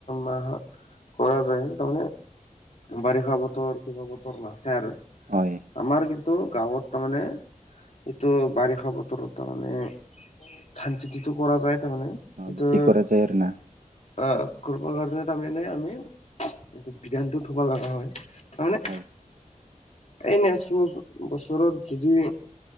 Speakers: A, on the left; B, on the right.
A: মাহত কৰা যায় তাৰমানে বাৰিষা বতৰ কিবা বতৰ নাচছে আৰু
B: হয়
A: আমাৰ কিন্তু টো, গাঁৱত তাৰমানে এইটো বাৰিষা বতৰত তাৰমানে ধান পেতিতটো কৰা যায়, তাৰমানে
B: অ
A: এইটো
B: বেছি কৰা যায় আৰু না
A: আহ কৰিব কাৰণে তাৰমানে আমি এইটো বিধানতটো থব লগা হয়। তাৰ মানে
B: হয়
A: এই নেক্স বছৰত যদি